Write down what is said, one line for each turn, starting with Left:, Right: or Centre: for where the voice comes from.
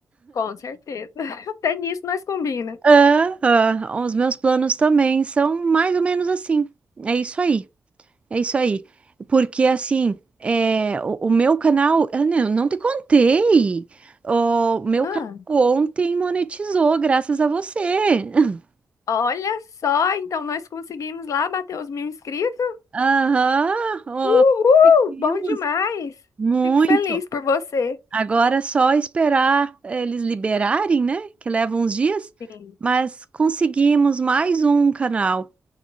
Left: Com certeza. <laughs> Até nisso nós combina.
Right: Ah, ah. Os meus planos também são mais ou menos assim. É isso aí. É isso aí. Porque assim, é, o, o meu canal, eu não, não te contei. O meu
Left: Ah,
Right: canal ontem monetizou, graças a você. <laughs>
Left: Olha só, então nós conseguimos lá bater os mil inscritos.
Right: Aham, ó,
Left: Uhul!
Right: conseguimos.
Left: Bom demais!
Right: Muito.
Left: Fico feliz por você.
Right: Agora é só esperar eles liberarem, né? Que leva uns dias,
Left: Sim.
Right: mas conseguimos mais um canal.